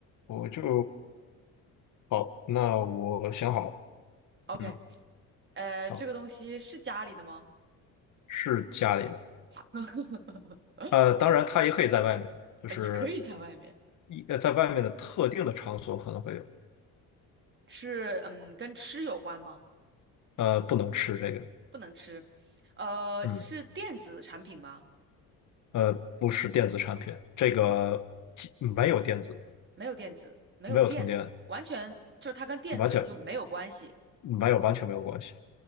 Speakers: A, on the left (about 55°); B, on the right (about 30°).
A: 我就好，那我想好，
B: OK，
A: 嗯，
B: 呃，
A: 好，
B: 这个东西是家里的吗？
A: 是家里的。
B: <laughs>
A: 呃，当然它也可以在外面，就是
B: 呃也可以在外面。
A: 一呃在外面的特定的场所可能会有，
B: 是，嗯，跟吃有关吗？
A: 呃，不能吃这个，
B: 不能吃。呃，
A: 嗯，
B: 是电子产品吗？
A: 呃，不是电子产品，这个既没有电子，
B: 没有电子，没有电，
A: 没有通电，
B: 完全就是它跟电子我就没有关系。
A: 完全。没有，完全没有关系，